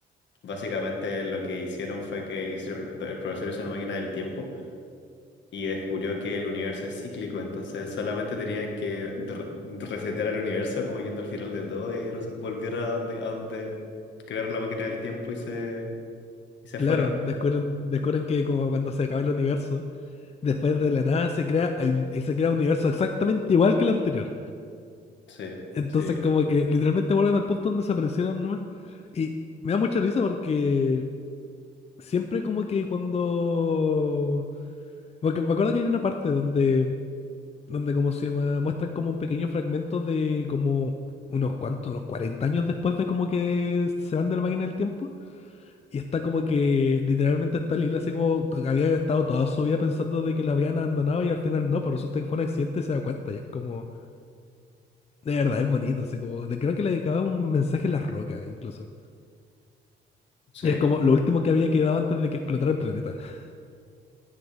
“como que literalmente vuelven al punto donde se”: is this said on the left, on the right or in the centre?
Left